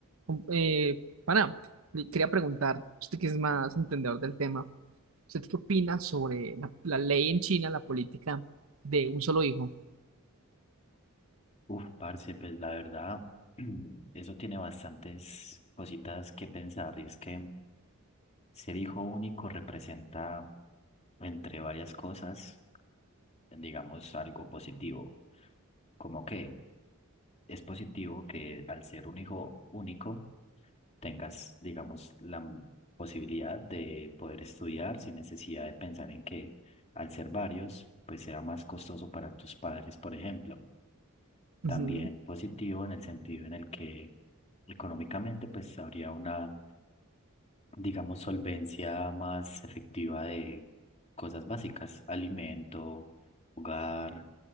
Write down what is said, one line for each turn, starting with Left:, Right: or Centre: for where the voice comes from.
Right: Com- Eh, pana, le quería preguntar, usted que es más entendedor del tema, ¿usted qué opina sobre la, la ley en China, la política de un solo hijo?
Left: Uf, parce, pues la verdad, <clears throat> eso tiene bastantes cositas que pensar. Y es que ser hijo único representa, entre varias cosas, digamos, algo positivo. Como que es positivo que al ser un hijo único tengas, digamos, la m- posibilidad de poder estudiar sin necesidad de pensar en que al ser varios, pues sea más costoso para tus padres, por ejemplo.
Right: Ujú.
Left: también positivo en el sentido en el que económicamente pues habría una, digamos, solvencia más efectiva de cosas básicas, alimento, hogar,